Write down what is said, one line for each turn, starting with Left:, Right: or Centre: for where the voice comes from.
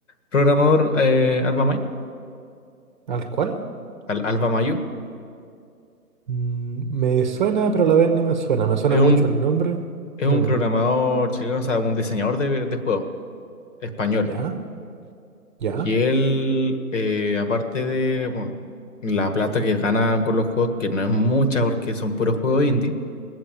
Left: programador eh, Alba Mayo.
Right: ¿Al cual?
Left: Al, Alba Mayo.
Right: Mm, me suena, pero a la vez no me suena. Me suena
Left: Es un,
Right: mucho el nombre,
Left: es
Right: pero
Left: un
Right: no.
Left: programador chileno, o sea, un diseñador de, de juegos español.
Right: ¿Ya? ¿Ya?
Left: Y él, eh, aparte de bueno, la plata que gana con los juegos, que no es mucha porque son puros juegos indie.